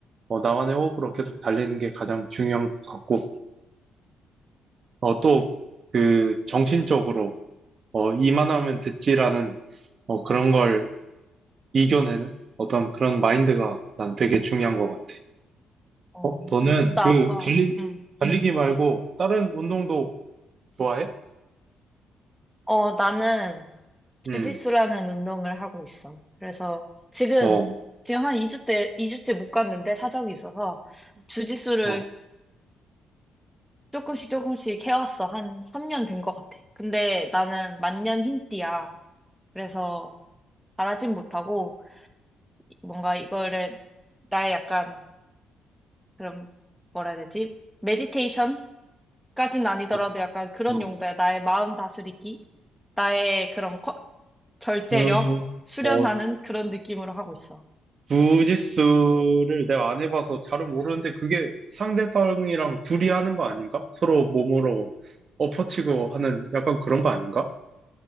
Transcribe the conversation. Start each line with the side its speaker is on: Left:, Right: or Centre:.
Right: 어, 나만의 호흡으로 계속 달리는 게 가장 중요한 것 같고 어, 또그 정신적으로 어, 이만하면 됐지라는 어, 그런 걸 이겨내는 어떤 그런 마인드가 난 되게 중요한 것 같아.
Centre: 어,
Right: 어, 너는
Centre: 나
Right: 그
Centre: 아까
Right: 달리,
Centre: 응.
Right: 달리기 말고 다른 운동도 좋아해?
Centre: 어, 나는 주짓수라는
Right: 응,
Centre: 운동을 하고 있어. 그래서 지금
Right: 어, 어,
Centre: 지금 한 2주 때 이 주째 못 갔는데 사정이 있어서 주짓수를
Right: 어,
Centre: 조금씩 조금씩 해왔어. 한 3년 된 것 같아. 근데 나는 만년 흰띠야. 그래서 잘하진 못하고 뭔가 이거를 나의 약간 그런 뭐라 해야 되지? 메디테이션까지는 아니더라도
Right: 어,
Centre: 약간 그런
Right: 어.
Centre: 용도야. 나의 마음 다스리기, 나의 그런 커- 절제력
Right: 음,
Centre: 수련하는
Right: 어,
Centre: 그런 느낌으로 하고 있어.
Right: 주짓수를 내가 안 해봐서 잘은 모르는데 그게 상대방이랑 둘이 하는 거 아닌가? 서로 몸으로 엎어치고 하는 약간 그런 거 아닌가?